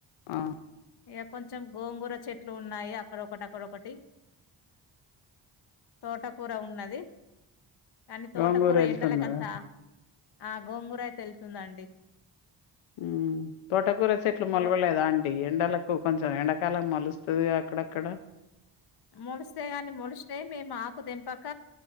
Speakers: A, on the left; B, on the left.
A: ఆ
B: ఏప్ కొంచెం గోంగూర చెట్లు ఉన్నాయి అక్కడ ఒకటి అక్కడొ ఒకటి తోటకూర ఉన్నది కానీ తోటకూర
A: గోంగూర వెళ్తున్నదా
B: ఎండలకంత ఆ గోంగూరయి ఎలుతుందండి
A: ఉ తోటకూర చెట్లు
B: ఇక
A: మొలవలేదా
B: తో
A: అండి ఎండలకు కొంచెం ఎంండకాలం మోలుస్త- స్తుంది అక్కడక్కడ
B: మొలిస్తే గాని మొలిస్తే మేము ఆకు దేయంపక